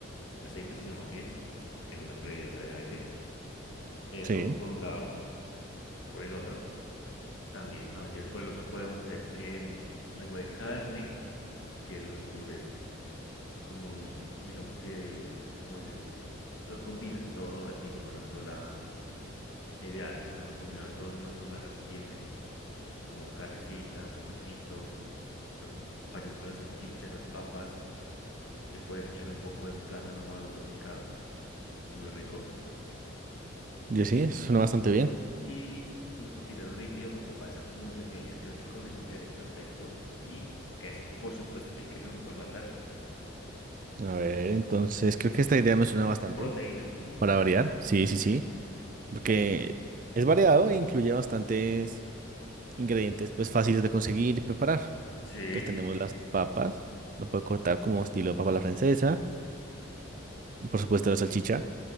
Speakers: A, on the left; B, on the right.
A: aceite, sino más bien en una freidora de aire. Eso,
B: Sí.
A: por un lado, por el otro, también, no, mentiras, por el otro podemos hacer em, algo de carne, si quieres los cubres como un, digamos que, ¿cómo decirlo? Los combinas todo al tiempo en una sola La idea es esa, ¿no? Combinarlo todo en una sola recipiente, como carnecita, pollito, lo acompañas con la salchicha, las papas, le puedes echar un poco de plátano maduro picado, muy rico,
B: Yo sí, eso suena bastante bien.
A: y unas papitas ripio o papa esa muy pequeña. Creo que con eso quedarías perfecto. Y queso, por supuesto que el queso no me puede faltar, Juan.
B: A ver, entonces creo que esta idea me suena bastante
A: Proteína. ujú.
B: para variar. Sí, sí, sí. Porque es variado e incluye bastantes ingredientes pues fáciles de conseguir y preparar.
A: Sí,
B: Entonces tenemos las papas, lo puedo cortar como estilo papa a la francesa. y Por supuesto la salchicha.